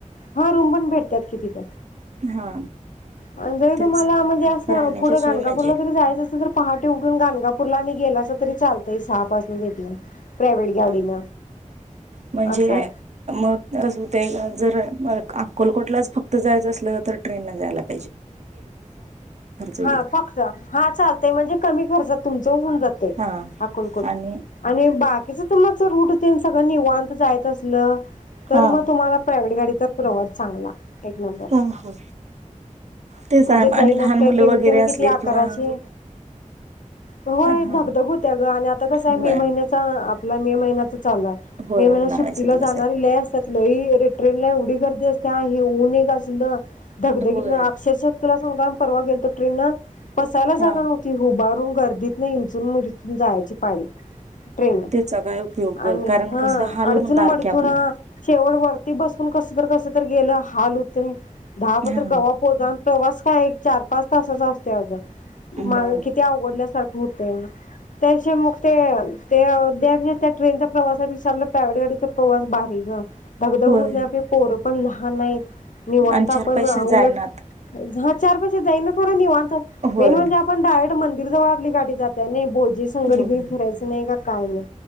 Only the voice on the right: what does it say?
हा
तेच
राहण्याची
सोय
म्हणजे
हा म्हणजे
मग कसं हुतय जर अक्कलकोटला ज फक्त जायचं असलं ना तर ट्रेननं जाय लागतं होईल
हा
आणि
हा
ह ह तेच
आणि
लहान
मुलं वगैरे
असलीत
किंवा
हा
होय
होय
उन्हाळ्याच्या
दिवसात
होय
हा
त्याचा काय उपयोग ग
कारण
कसं हाल
होणार
की आपलं
हा
मग
होय
आणि
चार पैसे
जायनात
होय
होय